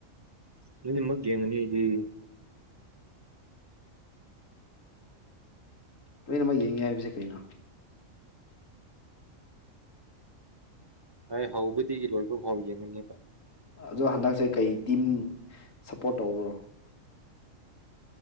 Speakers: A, on the right; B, on the left.
A: ꯂꫭꯏꯅꯃꯛ ꯌꯦꯡꯉꯅꯤꯗꯤ
B: ꯂꯣꯏꯅꯃꯛ ꯌꯦꯡꯉꯦ ꯍꯥꯏꯕꯁꯦ ꯀꯩꯅꯣ꯫
A: ꯍꯣꯏ ꯍꯧꯕꯗꯒꯤ ꯂꯣꯏꯕ ꯐꯥꯎ ꯌꯦꯡꯉꯅꯤꯕ꯫
B: ꯑꯗꯣ ꯍꯟꯗꯛꯁꯦ ꯀꯩ ꯇꯤꯝ ꯁꯞꯄꯣꯔꯠ ꯇꯧꯕ꯭ꯔꯣ꯫